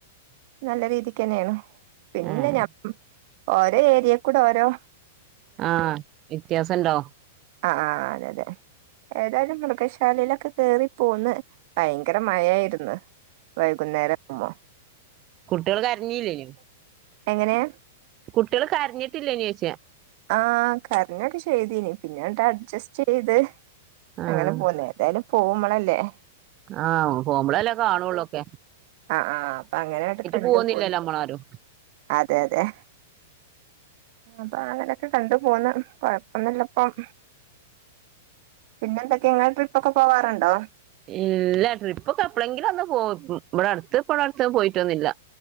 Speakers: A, on the right; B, on the right.
A: നല്ല രീതിക്കന്നേണ് പിന്നെ
B: ഏഹ്
A: ഞാൻ ഓരോ ഏരിയേ കൂടെ ഓരോ
B: ആഹ് വ്യത്യാസം ഉണ്ടോ
A: ആഹ് ആഹ് അതെ അതെ ഏതായാലും മൃഗശാലയിലൊക്കെ കേറി പോന്ന് ഭയങ്കര മഴായിര്ന്ന് വൈകുന്നേരം മോ
B: കുട്ടിയൾ കരഞ്ഞില്ലെനി
A: എങ്ങനെ
B: കുട്ടിയൾ കരഞ്ഞിട്ടില്ലേനി ചോയ്ച്ചാ
A: ആഹ് കരഞ്ഞൊക്കെ ചെയ്തീനി പിന്നട്ട് അഡ്ജസ്റ്റ് ചെയ്ത്
B: ആഹ്
A: അങ്ങനെ പോന്നേ എന്തായാലും പോവുമ്പളല്ലേ
B: ആഹ് പോവമ്പളല്ലേ കാണുള്ളൂ ഒക്കെ
A: ആഹ് ആഹ് അപ്പൊ അങ്ങനെ കണ്ടു
B: പോവൊന്നില്ലല്ലോ
A: പോന്ന്
B: നമ്മളാരും
A: അതെ അതെ അപ്പൊ അങ്ങനെയൊക്കെ കണ്ടു പോന്ന് കൊഴപ്പൊന്നുല്ല അപ്പം പിന്നെ എന്തൊക്കെ ഇങ്ങൾ ട്രിപ്പൊക്കെ പോവാർണ്ടോ
B: ഇല്ല ട്രിപ്പൊക്കെ എപ്പളെങ്കിലും ഒന്ന് പോം ഇവിടെ അടുത്ത് ഇപ്പടെ അടുത്ത് പോയിട്ടൊന്നുല്ല